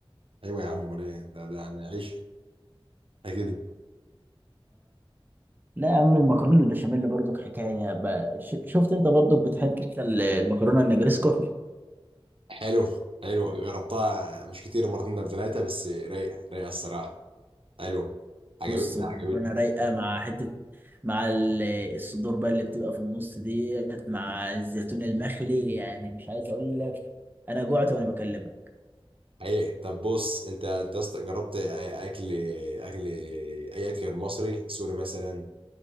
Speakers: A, on the right; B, on the right.
A: ايوه يا عم امال ايه ده ده يعني عيش ده كده
B: لا يا عم المكرونه البشاميل برضك حكايه بقى ش- شفت انت برضك بتحب انت ال- المكرونه النجريسكو
A: حلو حلو جربتها مش كتير مرتين ولا ثلاثه بس رايقه رايقه الصراحه حلو عجبتني
B: بص مكرونه
A: عجبتني
B: رايقه مع حته مع ال- الصدور بقى اللي بتبقى في النص ديت مع الزيتون المخلي يعني مش عايز اقول لك انا جوعت وانا بكلمك
A: ايه طب بص انت انت أصلاً جربت أي- اكل اكل اي اكل غير مصري سوري مثلا